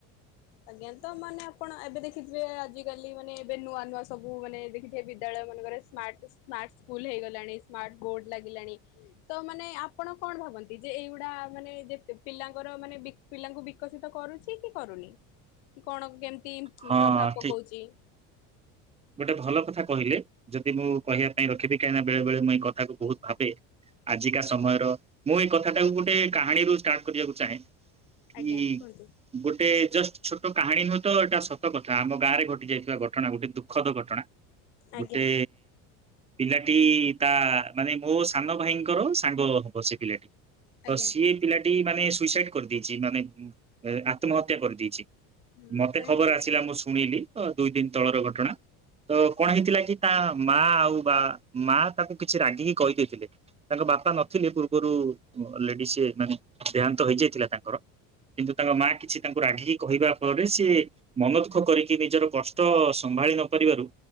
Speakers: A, on the left; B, on the right.
A: ଆଜ୍ଞା, ତ ମାନେ ଆପଣ ଏବେ ଦେଖିଥିବେ ଆଜି ଆଜିକାଲି ମାନେ ଏବେ ନୂଆ ନୂଆ ସବୁ ମାନେ ଦେଖିଥେ ବିଦ୍ୟାଳୟ ମାନଙ୍କରେ ସ୍ମାର୍ଟ ସ୍ମାର୍ଟ ସ୍କୁଲ ହେଇଗଲାଣି ସ୍ମାର୍ଟ ବୋର୍ଡ ଲାଗିଲାଣି ତ ମାନେ ଆପଣ କଣ ଭାବନ୍ତି? ଯେ ଏଇଗୁଡା ମାନେ ଯେ ପିଲାଙ୍କର ମାନେ ପିଲାଙ୍କୁ ବିକଶିତ କରୁଛି କି? କରୁନି? କଣ କେମିତି
B: ହଁ
A: ପ୍ରଭାବ ପକାଉଛି,
B: ଠିକ ଗୋଟେ ଭଲ କଥା କହିଲେ ଯଦି ମୁଁ କହିବା ପାଇଁ ରଖିବି କାହିଁକିନା ବେଳେ ବେଳେ ମୁଁ ଏଇ କଥା କୁ ବହୁତ ଭାବେ ଆଜିକା ସମୟର ମୁଁ ଏଇ କଥାଟାକୁ ଗୋଟେ କାହାଣୀରୁୁ ଷ୍ଟାର୍ଟ କରିବାକୁ ଚାହେଁ କି
A: ଆଜ୍ଞା କୁହନ୍ତୁ
B: ଗୋଟେ ଜଷ୍ଟ ଛୋଟ କାହାଣୀ ନୁହଁ ତ ଏଇଟା ସତ ସତ କଥା ଆମ ଗାଁରେ ଘଟି ଯାଇଥିବା ଘଟଣା ଗୋଟେ ଦୁଃଖ ଦୁଖଦ ଘଟଣା।
A: ଆଜ୍ଞା
B: ଗୋଟେ ପିଲାଟି ତା ମାନେ ମୋ ସାନ ଭାଇଙ୍କର ସାଙ୍ଗ ହବ ସେ ପିଲାଟି ତ
A: ଆଜ୍ଞା।
B: ସିଏ ପିଲାଟି ମାନେ ସୁଇସାଇଡ କରିଦେଇଛି ।ମାନେ ଆତ୍ମହତ୍ୟା କରିଦେଇଛି।
A: ହଁ
B: ମତେ
A: କାହିଁକି?
B: ଖବର ଆସିଲା ମୁଁ ଶୁଣିଲି। ତ ଦୁଇ ଦିନ ତଳର ଘଟଣା। ତ କଣ
A: ଆଜ୍ଞା
B: ହେଇଥିଲା କି ତା ମା ଆଉ ବା ମା ତାଙ୍କୁ କିଛି ରାଗିକି କହିଦେଇଥିଲେ। ତାଙ୍କ ବାପା ନଥିଲେ ପୂର୍ବରୁ ଲେଡିସ୍ ମାନେ ଦେହାନ୍ତ ହେଇଯାଇଥିଲା ତାଙ୍କର। କିନ୍ତୁ ତାଙ୍କ ମା କିଛି ତାଙ୍କୁ ରାଗିକି କହିବା ଫଳରେ ସିଏ ମନ ଦୁଃଖ କରିକି ନିଜର କସ୍ ତ ସମ୍ଭାଳି ନ ପରିବାରୁ